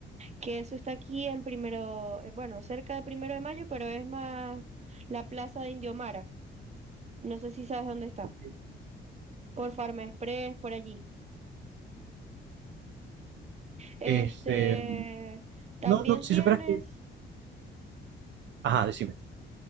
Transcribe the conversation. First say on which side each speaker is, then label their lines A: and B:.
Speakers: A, on the right; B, on the right.
A: que eso está aquí en primero, eh, bueno, cerca de primero de mayo, pero es más la plaza de Indiomara. No sé si sabes dónde está.
B: ¿ok?
A: Por Farm Express, por allí. Este,
B: Este,
A: también
B: no, no, si
A: tienes,
B: supieras que... Ajá, decime.